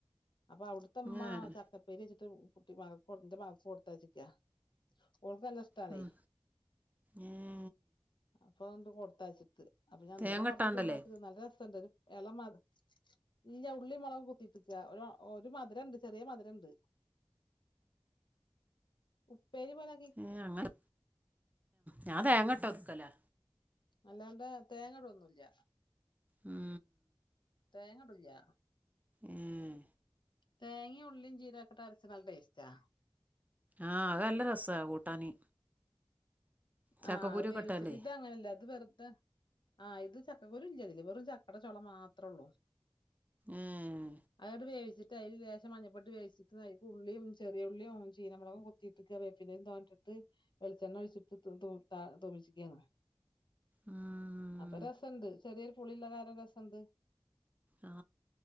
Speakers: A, on the left; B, on the right.
A: അപ്പൊ അവ്ടെ ത്തെമ്മ
B: ഏഹ്
A: ചക്കപ്പേരി വെച്ചിട്ട് കുട്ടി മാൾ <unintelligible> ഇൻ്റെ മകൾക്ക് കൊടുത്തയ്ച്ചിക്ക ഓൾക്ക് നല്ല ഇഷ്ടാണേ
B: ഉം ഏഹ്
A: അപ്പൊ അതണ്ട് കൊടുത്തയച്ചിട്ട് അപ്പൊ ഞാൻ
B: തേങ്ങട്ടാണ്ടല്ലേ
A: ഇന്നലെ കൊറച്ച് ചൂടാക്കി തിന്ന് നല്ല രസണ്ട് ഒരു ഇളമാ ഇല്ല ഉള്ളി മുളക് കുത്തിട്ട്ക്ക ഒരു ഒരു മധുര ഉണ്ട് ചെറിയ മധുരണ്ട് ഉപ്പേരി പോലെ
B: ഏ അങ്ങനെ ഞാൻ തേങ്ങട്ട് വെക്കലാ
A: അല്ലാണ്ടെ തേങ്ങ ഇടൊന്നുല്ല
B: ഉം
A: തേങ്ങ ഇടുല്ല
B: ഏഹ്
A: തേങ്ങയും ഉള്ളിം ജീരകട്ട് അര്ച്ചാ നല്ല ടേസ്റ്റാ
B: ആഹ് അത് നല്ല രസാണ് കൂട്ടാന് ചക്കക്കുരുക്കെ
A: ആഹ് അത് വേവിച്ചിട്ട്
B: ഇട്ടാലേ
A: ഇത അങ്ങനല്ല അത് വെറുതെ ആഹ് ഇത് ചക്ക കുരു ഇല്ലതില് വെറും ചക്കട ചൊള മാത്രേ ഉള്ളൂ
B: ഏഹ്
A: അതങ്‌ട്ട് വേവിച്ചിട്ട് തൈൽ ലേശം മഞ്ഞപ്പെട്ട് വേിച്ചിട്ട് തൈക്ക് ഉള്ളിയും ചെറിയുള്ളിയും ചീനമുളകും കൊത്തിട്ട്ക്ക <unintelligible> തോനട്ട്ട്ട് വെൾചെണ്ണ ഒഴിച്ചി തൂ താ തൂമിച്ചിക്കായ്നു
B: ഉം
A: അപ്പൊ രസണ്ട് ചെറിയൊരു പുളിള്ള കാര്യം രസണ്ട്
B: ആ